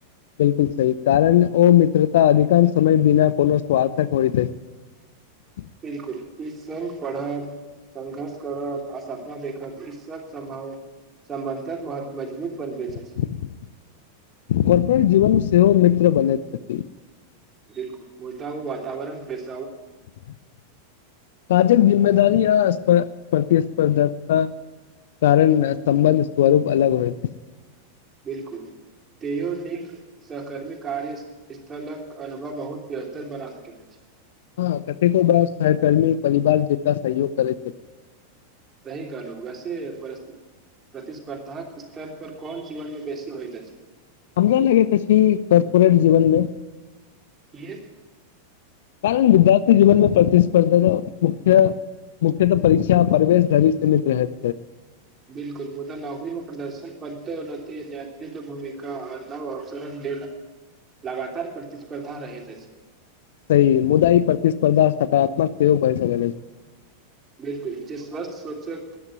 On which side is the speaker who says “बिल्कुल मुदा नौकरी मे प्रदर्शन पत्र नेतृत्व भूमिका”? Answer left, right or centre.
Right